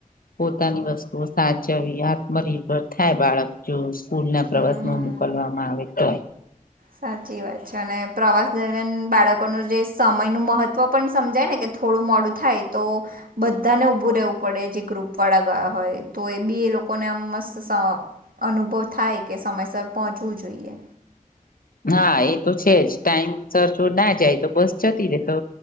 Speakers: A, on the left; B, on the right.
A: પોતાની વસ્તુઓ સાચવી આત્મનિર્ભર થાય બાળક જો સ્કૂલ ના પ્રવાસમાં
B: હમ
A: મોકલવામાં આવે તો
B: સાચી વાત છે અને પ્રવાસ દરમિયાન બાળકોનું જે સમય ન મહત્વ પણ સમજાય ને કે થું મોડું થાય તો બધાને ઉભું રવું પડે જે ગુપ વાળા ગ હોય તો લોકોને મસ્ત અનુભવ થાય કે સમયસર પહોંચવું જોઈએ
A: હા એ તો છે જ ટાઈમ ચર્ચુર ના જાય તો બસ જતી રે તો